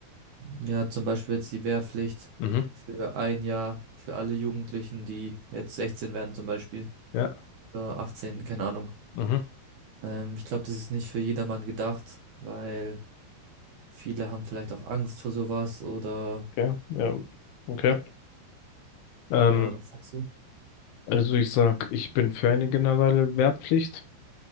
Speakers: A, on the right; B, on the left.
A: Ja, zum Beispiel jetzt die Wehrpflicht
B: Mhm.
A: für ein Jahr für alle Jugendlichen, die jetzt 16 werden zum Beispiel,
B: Ja.
A: oder 18, keine Ahnung.
B: Mhm.
A: Ähm, ich glaube, das ist nicht für jedermann gedacht, weil viele haben vielleicht auch Angst vor sowas oder
B: Okay. Ja. Okay. Ähm,
A: ja, was sagst du?
B: also ich sag, ich bin für eine generelle Wehrpflicht.